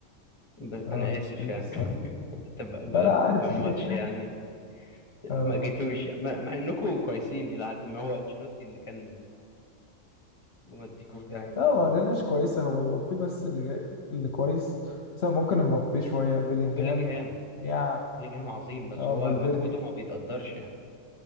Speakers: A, on the left; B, on the left.
A: بس
B: اه
A: انا
B: انا
A: اسف
B: مدريد
A: يعني
B: السنه
A: <laughs> انت بقى- بقالكوا
B: لا لا عادي
A: كام ماتش
B: <laughs>
A: يعني
B: اه
A: ما جيتوش يعني. مع مع انكم كويسين الى حد ما هو انشيلوتي اللي كان موديكوا في داهيه
B: لا هو الريال مش كويسة هو مبابي بس اللي جاي اللي كويس مثلا ممكن مبابي شوية بيلينجهام
A: وبيلينجهام
B: يعني
A: بيلينجهام عظيم بس
B: اه
A: هو
B: فالفيردي
A: مجهوده ما بيتقدرش يعني